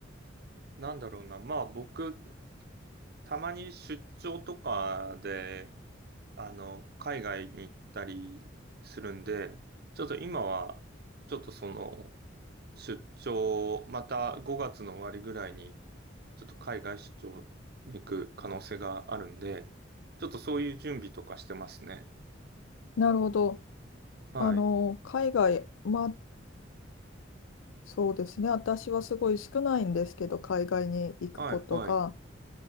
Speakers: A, on the right (about 50°); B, on the left (about 80°).
A: なんだろうな。まあ僕、たまに出張とかで、あの、海外に行ったりするんで、ちょっと今は、ちょっとその、出張、また5月の終わりぐらいに、ちょっと海外出張に行く可能性があるんで、ちょっとそういう準備とかしてますね。
B: なるほど。
A: はい。
B: あの、海外、まあ、そうですね。私はすごい少ないんですけど、海外に行くことが、
A: はい、はい。